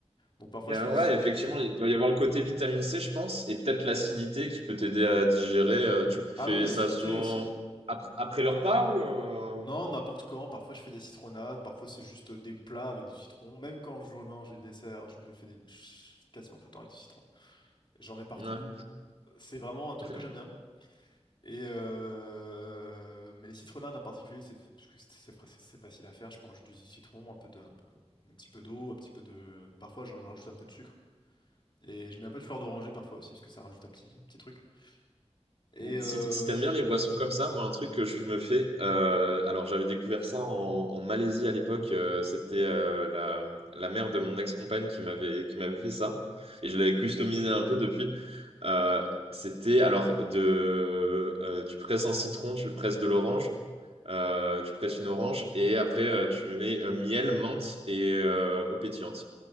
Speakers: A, on the left; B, on the right.
A: Donc parfois
B: Il y a-
A: je fais, des-
B: ouais, effectivement, il doit y avoir le côté vitamine C, je pense, et peut-être l'acidité qui peut t'aider à digérer. Euh, tu
A: Ah
B: fais
A: oui, l'acidité
B: ça souvent
A: aussi.
B: après, après le repas ou euh,
A: Non, n'importe quand. Parfois, je fais des citronnades. Parfois, c'est juste des plats avec du citron. Même quand je mange les desserts, je le fais des- ch- quasiment tout le temps avec du citron. J'en mets partout.
B: Ouais.
A: C'est vraiment un truc
B: <laughs>
A: que j'aime bien. Et euh, mais les citronnades en particulier, c'est parce que c'est c'est fra- c'est- c'est facile à faire. Je prends juste du citron, un peu de, un, un petit peu d'eau, un petit peu de. Parfois, j'en rajoute un peu de sucre. Et je mets un peu de fleur d'oranger parfois aussi, parce que ça rajoute un petit, un petit truc. Et euh,
B: Si, t- si t'aimes bien les boissons comme ça, moi, un truc que je me fais, euh, alors j'avais découvert ça en, en Malaisie à l'époque, euh, c'était euh, la, la mère de mon ex-compagne qui m'avait qui m'avait fait ça, et je l'avais customisé un peu depuis. Euh, c'était alors de, euh, tu presses un citron, tu presses de l'orange, euh, tu presses une orange, et après euh, tu mets euh, miel, menthe et euh, eau pétillante,